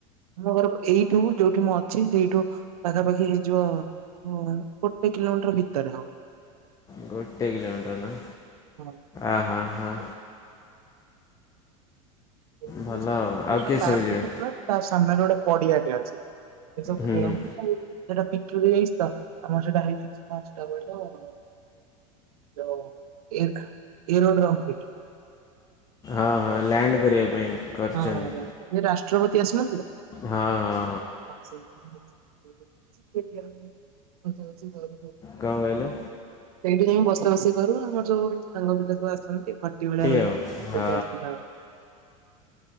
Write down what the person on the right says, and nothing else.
ମୋ ଘର ଏଇଠୁ ଯୋଉଠି ମୁଁ ଅଛି ସେଇଠୁ ପାଖାପାଖି ହେଇଯିବ ହୁଁ ଗୋଟେ କିଲୋମିଟର ଭିତରେ ହବ।
ହଁ
<inaudible> କୁସୁମା
ପାର୍କ
ଭିତରେ ତା ସାମ୍ନାରେ ଗୋଟେ ପଡିଆଟେ ଅଛି। ସେଇସବୁ
ଖେଳନ୍ତି ଆଉ। ସେଟା <unintelligible> ଆମର ସେଇଟା ହେଇଯାଇଛି ପାଞ୍ଚଟା ବେଳ ତ ଯୋଉ ଏକ୍ ଏରୋଡ୍ରମ୍ ଫିଲ୍ଡ
ହଁ ରେ ଏ ରାଷ୍ଟ୍ରପତି ଆସିନଥିଲେ?
<unintelligible>
ସେଇଠି ଯାଇଁ ବସା ବସି କରୁ ଆମର ଯୋଉ ସାଙ୍ଗ ପିଲା ସବୁ ଆସନ୍ତି ଖଟି ଭଳିଆ ହୁଏ
ସେଇଠି
ଆସ <unintelligible>